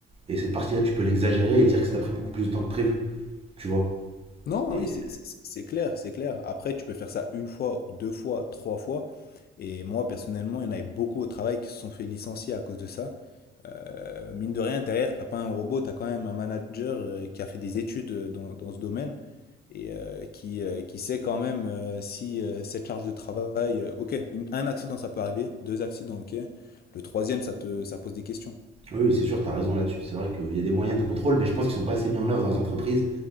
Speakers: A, on the right (about 30°); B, on the left (about 50°).
A: et cette partie-là, tu peux l'exagérer et dire que ça t'a pris beaucoup plus de temps que prévu, tu vois.
B: Non,
A: Et
B: oui, c'est c'est- C'est clair, c'est clair. Après, tu peux faire ça une fois, deux fois, trois fois. Et moi, personnellement, il y en avait beaucoup au travail qui se sont fait licencier à cause de ça. Euh, mine de rien, derrière, t'as pas un robot, t'as quand même un manager euh, qui a fait des études euh, dans, dans ce domaine. et euh, qui, euh, qui sait quand même euh, si euh, cette charge de travail, euh, ok, une- un accident ça peut arriver, deux accidents, ok, le troisième ça te, ça pose des questions.
A: oui, oui, c'est sûr, t'as raison là-dessus. C'est vrai qu'il y a des moyens de contrôle, mais je pense qu'ils sont pas assez mis en œuvre dans les entreprises,